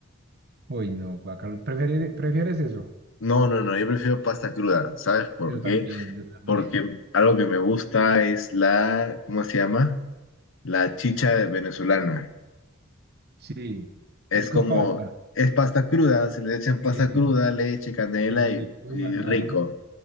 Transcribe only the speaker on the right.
uy, no, guacalo, ¿prefieres, prefieres eso?
Yo
también, yo también.
Sí,
es con
pasta.
Sí,
sí, se
licúan,
ajá.